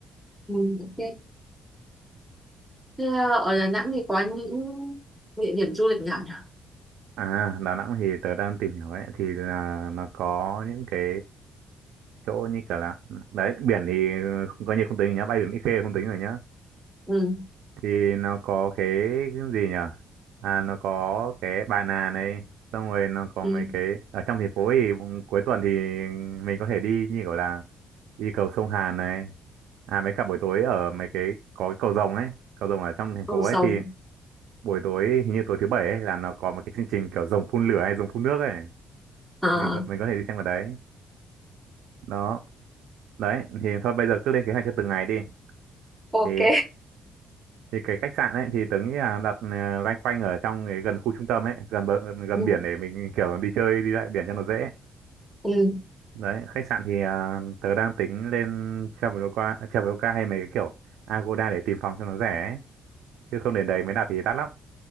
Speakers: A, in the centre; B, on the right.
A: ừ, ok. Thế à, ở Đà Nẵng thì có những địa điểm du lịch nào nhỉ?
B: à Đà Nẵng thì tớ đang tìm hiểu ấy thì là nó có những cái chỗ như kiểu là đấy biển thì không coi như không tính nhá bay biển Mỹ Khê không tính rồi nhá
A: Ừ,
B: thì nó có cái cái gì nhở? à nó có cái bà nà này xong rồi nó có
A: ừ,
B: mấy cái ở trong thành phố thì cuối tuần thì mình có thể đi như kiểu là đi cầu sông Hàn này à mấy cả buổi tối ở mấy cái có cái cầu rồng ấy cầu rồng ở trong thành phố
A: Cầu Rồng.
B: ấy thì buổi tối hình như tối thứ bảy ấy là nó có một cái chương trình kiểu rồng phun lửa hay rồng phun nước ấy
A: À.
B: mình có, mình có thể đi xem vào đấy đó đấy thì thôi bây giờ cứ lên kế hoạch cho từng ngày đi
A: ok
B: thì thì cái khách sạn ấy thì tớ nghĩ là đặt ờ, loanh quanh ở trong cái gần khu trung tâm ấy gần bờ, gần
A: ừ
B: biển để mình kiểu đi chơi đi lại biển cho nó dễ
A: ừ
B: đấy khách sạn thì à, tớ đang tính lên Traveloka Traveloka hay mấy cái kiểu Agoda để tìm phòng cho nó rẻ ấy. chứ không đến đấy mới đặt thì đắt lắm